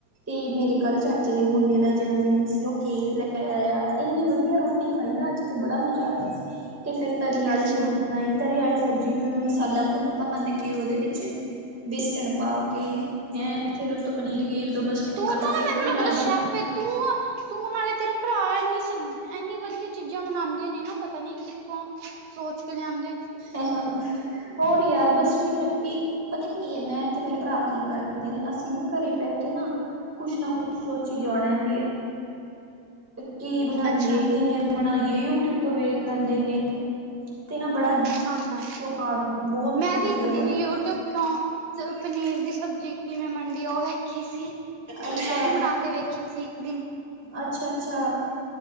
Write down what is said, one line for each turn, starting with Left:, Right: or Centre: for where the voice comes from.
Centre: ਤੇ ਮੇਰੇ ਕੱਲ ਚਾਚੇ ਦੇ ਮੁੰਡੇ ਦਾ ਜਨਮ ਦਿਨ ਸੀ। ਉਹ ਕੇਕ ਲੈ ਆਇਆ। ਇੰਨੀ ਵਧੀਆ ਰੋਟੀ ਖਾਈ ਨਾ ਅੱਜ ਤੇ ਬੜਾ ਮਜ਼ਾ ਆਇਆ ਸੀ। ਅਤੇ ਫਿਰ ਤਰੀ ਵਾਲੀ
Right: ਅੱਛਾ ਅੱਛਾ
Centre: ਸਬਜ਼ੀ ਬਣਾਈ। ਤਰੀ ਵਾਲੀ ਸਬਜ਼ੀ ਵੀ ਮਸਾਲਾ ਭੁੰਨ ਭਨ ਕੇ ਉਹਦੇ ਵਿੱਚ ਬੇਸਣ ਪਾ ਕੇ ਹੈਂ ਫੇਰ ਉਤੋਂ ਪਨੀਰ ਗੇਰ ਦੋ ਬਸ ਕੁੱਕਰ
Right: ਤੂੰ
Centre: ਚ
Right: ਤਾਂ ਨਾ
Centre: ਸਿੱਟੀ
Right: ਮੈਨੂੰ
Centre: ਮਰਾ
Right: ਲੱਗਦਾ
Centre: ਦੋ।
Right: ਸ਼ੈਫ ਏ ਤੂੰ ਆ ਤੂੰ ਨਾਲੇ ਤੇਰਾ ਭਰਾ ਇਨੀ ਸ ਐੰਨੀ ਵਧੀਆ ਚੀਜ਼ਾਂ ਬਨਾਉਂਦੇ ਨੇ ਨਾ ਪਤਾ ਨੀ ਕਿੱਥੋਂ ਸੋਚ ਕੇ ਲਿਆਂਦੇ।
Centre: ਉਹ ਨਹੀਂ ਯਾਰ ਬਸ ਫਿਰ ਇਕ। ਪਤਾ ਕੀ ਹੈ ਮੈਂ ਤੇ ਮੇਰੇ ਭਰਾ ਕੀ ਕਰਦੇ ਨੇ ਅਸੀਂ ਨਾ ਘਰੇ ਬਹਿ ਕੇ ਨਾ ਕੁਛ ਨਾ ਕੁਛ ਸੋਚੀ ਜਾਣਾ ਵੀ ਕੀ ਬਣਾਈਏ
Right: ਅੱਛਾ
Centre: ਕਿਵੇਂ ਬਣਾਈਏ ਯੂਟਿਊਬ ਤੋਂ ਵੇਖ ਲੈਂਦੇ ਨੇ। ਤੇ ਨਾ ਬੜਾ
Right: ਹਾਂ, ਹਾਂ
Centre: ਸਵਾਦ ਬਹੁਤ
Right: ਮੈਂ
Centre: ਵਧੀਆ
Right: ਵੀ ਇੱਕ
Centre: ਬਣ
Right: ਦਿਨ ਯੂਟਿਊਬ ਤੋਂ ਚਲੋ ਪਨੀਰ ਦੀ ਸਬਜ਼ੀ ਕਿਵੇਂ ਬੰਨਦੀ ਉਹ ਵੇਖੀ ਸੀ ਅ
Centre: ਅੱਛਾ
Right: ਮੈਂ ਵੀ ਬਣਾ ਕੇ ਵੇਖੀ ਸੀ ਇੱਕ ਦਿਨ
Centre: ਅੱਛਾ -ਅੱਛਾ